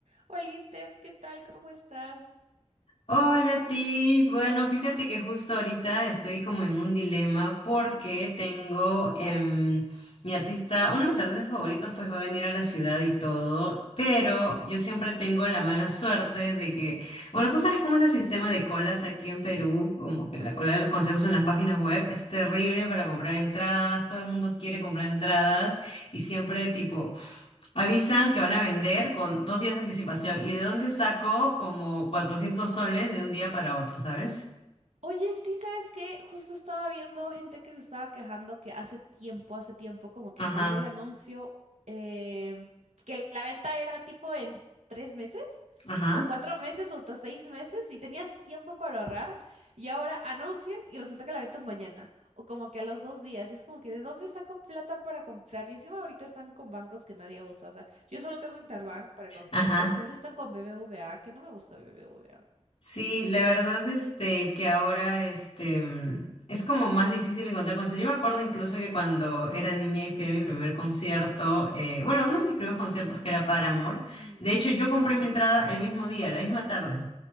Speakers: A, on the right; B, on the left.
A: Hola, Steph, ¿qué tal? ¿Cómo estás?
B: Hola Tiff, bueno, fíjate que justo ahorita estoy como en un dilema porque tengo em, mi artista, uno de mis artistas favoritos pues va a venir a la ciudad y todo, pero
A: Ujú.
B: yo siempre tengo la mala suerte de que, bueno, tú sabes cómo es el sistema de colas aquí en Perú, como que la
A: Ay,
B: cola
A: sí.
B: de los conciertos en las páginas web es terrible para comprar entradas, todo el mundo quiere comprar entradas y siempre tipo... Avisan que van a vender con dos días de anticipación. ¿Y de dónde saco como 400 soles de un día para otro, sabes?
A: Oye, sí, ¿sabes qué? Justo estaba viendo gente que se estaba quejando que hace tiempo, hace tiempo, como que
B: Ajá,
A: salía el anuncio eh, que la venta era tipo en tres meses
B: ajá,
A: o cuatro meses o hasta seis meses y tenías tiempo para ahorrar y ahora anuncian y resulta que la venta es mañana o como que a los dos días y es como que ¿de dónde saco plata para comprar? Y encima ahorita están con bancos que nadie usa, o sea, yo solo tengo Interbank para conciertos
B: ajá.
A: y ahora están con BBVA, que no me gusta BBVA.
B: Sí, la verdad, este, que ahora, este, mm, es como más difícil encontrar conciertos Yo me acuerdo incluso que cuando era niña y fui a mi primer concierto, eh, bueno, uno de mis primeros conciertos que era Paramore,
A: Mm.
B: de hecho yo
A: <gasps>
B: compré mi entrada el mismo día, la misma tarde.